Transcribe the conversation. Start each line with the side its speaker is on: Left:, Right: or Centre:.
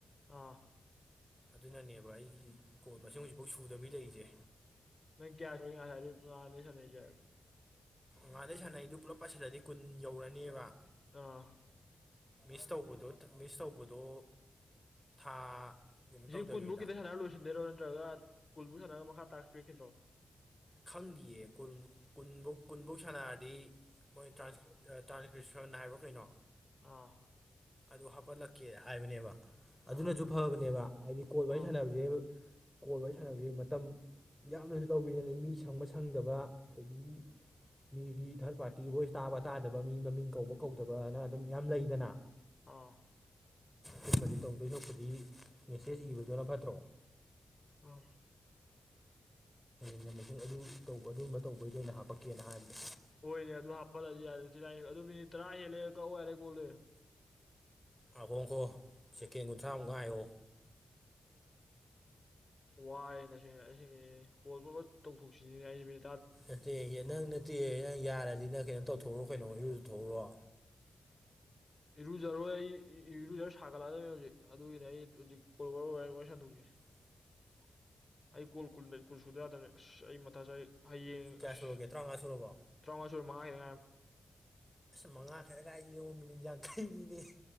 Left: ꯑꯥ
Centre: ꯑꯗꯨꯅꯅꯦꯕ ꯑꯩꯒꯤ ꯀꯣꯜ ꯃꯁꯤꯡ ꯍꯧꯖꯤꯛꯐꯥꯎ ꯁꯨꯗꯕꯤ ꯂꯩꯔꯤꯁꯦ
Left: ꯅꯪ ꯀꯌꯥ ꯁꯨ ꯉꯗꯤ ꯉꯥꯅ ꯁꯥꯟꯅꯩꯁꯦ
Centre: ꯉꯥꯗꯩ ꯁꯥꯟꯅꯩꯗꯨ ꯄꯨꯂꯞ ꯄꯥꯁꯤꯜꯂꯗꯤ ꯀꯨꯟ ꯌꯧꯔꯅꯦꯕ
Left: ꯑꯥ
Centre: ꯃꯤꯁ ꯇꯧꯕꯗꯣ ꯃꯤꯁ ꯇꯧꯕꯗꯣ ꯊꯥ ꯀꯩꯅꯣ
Left: ꯁꯤ
Centre: ꯇꯧꯗꯕꯤꯗ
Left: ꯀꯨꯟꯕꯨ ꯈꯤꯇꯪ ꯁꯥꯟꯅꯔ ꯂꯣꯏꯁꯤꯟꯗꯣꯏꯔꯣ ꯅꯠꯇ꯭ꯔꯒ ꯀꯨꯟꯕꯨ ꯁꯥꯟꯅꯔꯒ ꯃꯈꯥ ꯇꯥ ꯄꯤꯔꯛꯈꯤꯗ꯭ꯔꯣ
Centre: ꯈꯪꯗꯌꯦ ꯀꯨꯟꯐꯧ ꯀꯨꯟꯐꯧ ꯁꯥꯟꯅꯔꯗꯤ ꯃꯣꯏ ꯇ꯭ꯔꯥꯟꯁꯀꯔꯤꯁꯟ ꯍꯥꯏꯕ꯭ꯔꯣ ꯀꯩꯅꯣ
Left: ꯑꯥ
Centre: ꯑꯗꯨ ꯍꯥꯞꯄꯠꯂꯛꯀꯦ ꯍꯥꯏꯕꯅꯦꯕ ꯑꯗꯨꯅꯁꯨ
Left: ꯑꯥ
Centre: ꯐꯕꯅꯦꯕ ꯍꯥꯏꯗꯤ ꯀꯣꯜ ꯋꯥꯔꯤ ꯋꯥꯔꯤ
Left: ꯑꯥ
Centre: ꯁꯥꯟꯅꯕꯁꯦ ꯀꯣ ꯋꯥꯔꯤ ꯁꯥꯟꯅꯕꯁꯤ ꯃꯇꯝ ꯌꯥꯝꯅꯁꯨ ꯇꯧꯕꯤꯗꯅ ꯃꯤ ꯁꯪꯕ ꯁꯪꯗꯕ ꯑꯗꯒꯤ ꯃꯤꯒꯤ ꯊꯥꯔꯠ ꯄꯥꯔꯇꯤ ꯚꯣꯏꯁ ꯇꯥꯕ ꯇꯥꯗꯕ ꯃꯤ ꯃꯃꯤꯡ ꯀꯧꯕ ꯀꯧꯗꯕꯅ ꯑꯗꯨꯝ ꯌꯥꯝ ꯂꯩꯗꯅ
Left: ꯑꯥ
Centre: ꯁꯨꯝꯕꯗꯤ ꯇꯧꯗꯣꯏ ꯁꯄꯨꯗꯤ ꯃꯦꯁꯦꯖ ꯏꯕꯗꯨꯅ ꯐꯠꯇ꯭ꯔꯣ
Left: ꯑꯥ
Centre: ꯉꯃꯦ ꯑꯗꯨ ꯇꯧꯕ ꯑꯗꯨꯒꯨꯝꯕ ꯇꯧꯕꯩꯗ ꯑꯣꯏꯅ ꯍꯥꯄꯛꯀꯦꯅ ꯍꯥꯏꯕꯅꯤ
Left: ꯍꯣꯏꯅꯦ ꯑꯗꯨ ꯍꯥꯞꯄꯗꯤ ꯌꯥꯔꯦꯥꯏ ꯑꯗꯨ ꯃꯤꯅꯤꯠ ꯇꯔꯥ ꯍꯦꯜꯂꯦ ꯀꯛꯑꯣ ꯌꯥꯔꯦ ꯀꯣꯜꯂꯦ
Centre: ꯑꯥꯍꯣꯡꯈꯣ ꯁꯦꯀꯦꯟ ꯀꯨꯟꯊ꯭ꯔꯥꯃꯨꯛ ꯉꯥꯏꯌꯣ
Left: ꯋꯥꯔꯦ ꯇꯁꯦꯡꯅ ꯑꯩꯁꯁꯦꯜ ꯄꯨꯂ ꯇꯧꯊꯣꯛꯁꯤꯅꯤꯅꯦ ꯑꯩ ꯅꯨ
Centre: ꯑ ꯌꯦꯅꯥꯅ ꯅꯠꯇꯦ ꯅꯪ ꯌꯥꯔꯗꯤ ꯅ ꯀꯩꯅꯣ ꯇꯧꯊꯣꯛꯎꯔꯣ ꯀꯩꯅꯣ ꯏꯔꯨ ꯇꯊꯣꯛꯎꯔꯣ
Left: ꯏꯔꯨꯖꯔꯣꯏ ꯑꯩ ꯏꯔꯨꯖꯔꯣꯏ ꯁꯥꯒꯠꯂꯛꯑꯗꯕꯅꯤ ꯍꯧꯖꯤꯛ ꯑꯗꯨꯒꯤꯅꯦ ꯑꯩ ꯍꯧꯖꯤꯛ ꯀꯣꯔ ꯁꯟꯗꯣꯛꯁꯤꯦ
Centre: <unintelligible>
Left: ꯑꯩ ꯀꯣꯜ ꯀꯨꯜ ꯀꯨꯜ ꯁꯨꯗ ꯌꯥꯗꯅꯦ ꯑꯩ ꯃꯊꯥ ꯆ ꯍꯌꯦꯡ
Centre: ꯀꯌꯥ
Left: ꯑꯁ
Centre: ꯁꯨꯔꯒꯦ ꯇꯔꯥꯃꯉꯥ ꯁꯨꯔꯕꯣ
Left: ꯇꯔꯥꯃꯉꯥ ꯁꯨꯔ ꯃꯉꯥꯒꯤꯅꯉꯥꯏꯔ
Centre: ꯑꯁ ꯃꯉꯥ ꯈꯔ ꯀꯥꯏꯡ ꯃꯤꯅꯠ ꯌꯥꯡꯈꯩꯅꯤꯅꯦ